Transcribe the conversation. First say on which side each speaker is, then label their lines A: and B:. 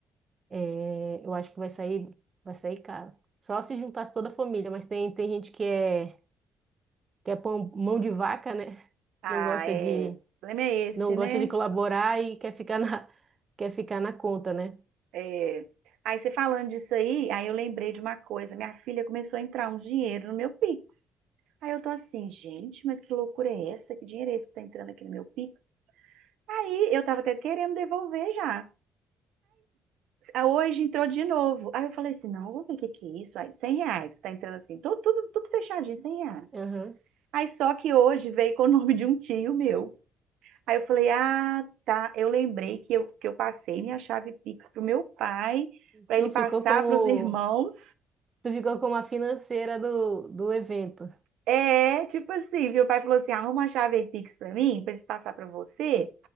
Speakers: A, on the right (about 35°); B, on the right (about 85°).
A: É, eu acho que vai sair, vai sair caro. Só se juntasse toda a família, mas tem, tem gente que é que é pão- mão de vaca, né?
B: Ah,
A: Não gosta
B: é.
A: de,
B: O problema é esse,
A: não gosta
B: né?
A: de colaborar e quer ficar na, quer ficar na conta, né?
B: É. Aí você falando disso aí, aí eu lembrei de uma coisa. Minha filha começou a entrar um dinheiro no meu Pix. Aí eu tô assim, gente, mas que loucura é essa? Que dinheiro é esse que tá entrando aqui no meu Pix? Aí eu tava até querendo devolver já. Aí Hoje entrou de novo. Aí eu falei assim, não, vamos ver o que que é isso. Aí, 100 reais que tá entrando assim, tudo, tudo, tudo fechadinho, cem reais.
A: Aham.
B: Aí só que hoje veio com o <laughs> nome de um tio meu. Aí eu falei, ah, tá. Eu lembrei que eu, que eu passei minha chave Pix pro meu pai, para
A: Tu
B: ele passar
A: ficou como,
B: para os irmãos.
A: tu ficou como a financeira do, do evento.
B: É, tipo assim, meu pai falou assim, arruma a chave aí Pix para mim, para eles passar para você,